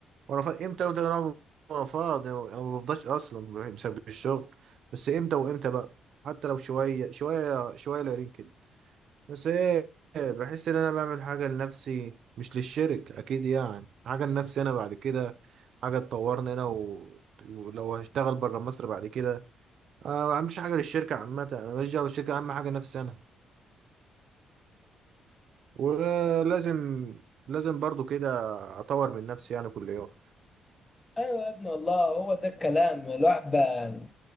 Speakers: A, on the right; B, on the left.
A: ورفض امتى وامتى انا رفض يعني انا ما بفضاش اصلا بسبب الشغل بس امتى وامتى بقى حتى لو شويه شويه شويه قليلين كده بس ايه بحس ان انا بعمل حاجه لنفسي مش للشركه اكيد يعني حاجه لنفسي انا بعد كده حاجه تطورني انا و... ولو هشتغل بره مصر بعد كده أنا ما بعملش حاجه للشركه عامه انا ماليش دعوه بالشركه اهم حاجه نفسي انا ولازم لازم برضو كده اطور من نفسي يعني كل يوم
B: ايوه يا ابن الله هو ده الكلام الواحد بقى